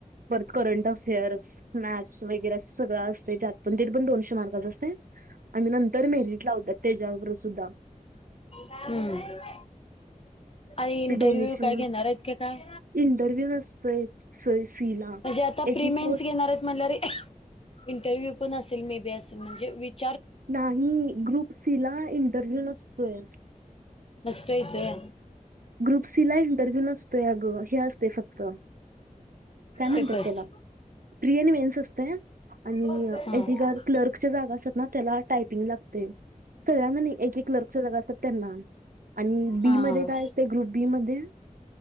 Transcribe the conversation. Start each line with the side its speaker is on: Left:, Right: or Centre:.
Right: पर करंट अफेअर्स मॅथस वगैरे सगळं असते त्यात पण ते पण दोनशे मार्क असं असते आम्ही नंतर मिरीट लावतेत तेजावर सुद्धा
Left: हम्म इंटरव्यू
Right: ते दोन्हीची
Left: घेणार आहेत कि काय?
Right: इंटरव्ह्यू नसतोय स सी ला
Left: म्हणजे आता
Right: एक
Left: प्रीमियन्स
Right: एक पोस्ट
Left: घेणार आहेत म्हणल्यारे इंटरव्ह्यू पण असेल मे बी असं म्हणजे विथ
Right: नाही. ग्रुप सी ला इंटरव्ह्यू नसतोयं
Left: नसतोय काय?
Right: ग्रुप सी ला इंटरव्ह्यू नसतोयं अगं हे असते फक्त काय म्हणतात
Left: पेपर्स.
Right: त्याला? प्रिविन मेन्स असते. आणि
Left: हा.
Right: एजी क्लर्कच्या जागा असतात ना त्याला टायपिंग लागते. सगळ्यांना एक एक कर्ल्क जागा असतात त्यांना आणि बी
Left: हा. हा.
Right: मध्ये काय असत? ग्रुप बी मध्ये